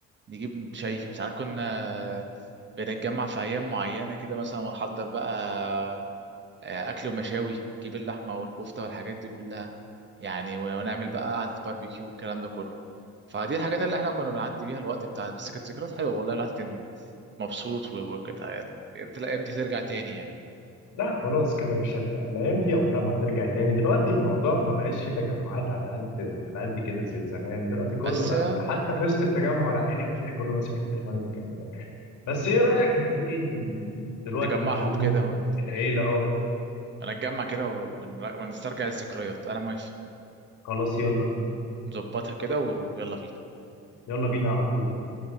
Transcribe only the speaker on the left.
لا خلاص كده مش ال... الايام دي عمرها ما هترجع تاني دلوقتي الموضوع ما بقاش فيه تجمعات على قد على قد كده زي زمان دلوقتي كله
بقى
حتى في وسط التجمع العائلي بتلاقي كله ماسك التليفون والكلام ده <laughs> بس ايه رايك ما تيجي ن- دلوقتي
نكلمه
العيله اه
خلاص يلا بينا
يلا بينا على طول دلوقتي